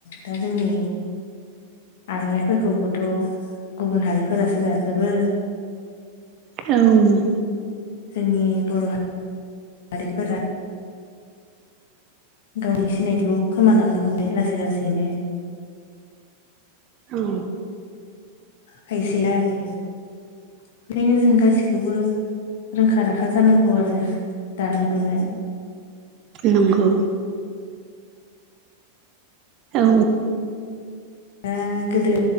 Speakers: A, on the left; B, on the right.
A: दा जोंनि आर'नाइफोरखौबोथ' गुबुन हारिफोरासो दाजोबो।
B: औ
A: जोंनि बर' हारिारिफोरा गावनि सिनायथिखौ खोमालांनो हमबाय लासै लासैनो
B: औ
A: खायसे आरो ओखायनो जों गासिखौबो रोंखा राखा जानांगौ आरो दानो लुनो।
B: नंगौ औ
A: दा गोदो